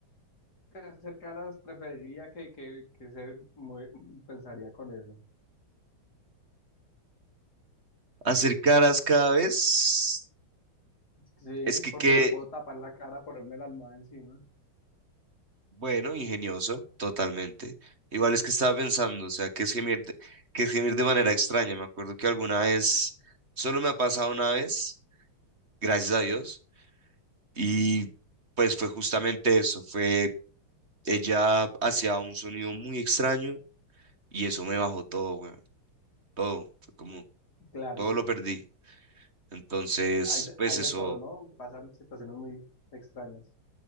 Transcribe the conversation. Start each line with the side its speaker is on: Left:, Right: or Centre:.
Left: hacer caras preferiría que, que, que ser muy, pensaría con eso.
Right: Hacer caras cada vez
Left: Sí,
Right: es que
Left: porque
Right: qué
Left: me puedo tapar la cara, ponerme la almohada encima.
Right: bueno, ingenioso, totalmente. Igual es que estaba pensando, o sea, que es gemir de, que es gemir de manera extraña. Me acuerdo que alguna vez, solo me ha pasado una vez, gracias a Dios, y pues fue justamente eso, fue ella hacía un sonido muy extraño y eso me bajó todo, bueno, todo, fue como,
Left: Claro,
Right: todo lo perdí. Entonces,
Left: hay de,
Right: pues
Left: hay
Right: eso
Left: de todo, ¿no? Pasan situaciones muy extrañas.